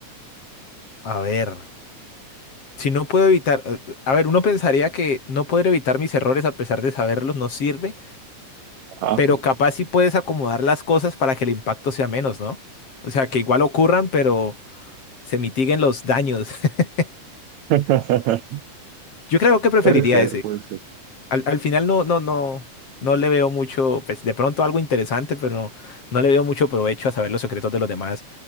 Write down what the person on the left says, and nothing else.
A ver, si no puedo evitar, eh, a ver, uno pensaría que no poder evitar mis errores a pesar de saberlos no sirve,
pero capaz sí puedes acomodar las cosas para que el impacto sea menos, ¿no? O sea, que igual ocurran, pero se mitiguen los daños. <laughs>
Yo creo que preferiría
ese.
Al, al final no, no, no, no le veo mucho, pues de pronto algo interesante, pero no, no le veo mucho provecho a saber los secretos de los demás.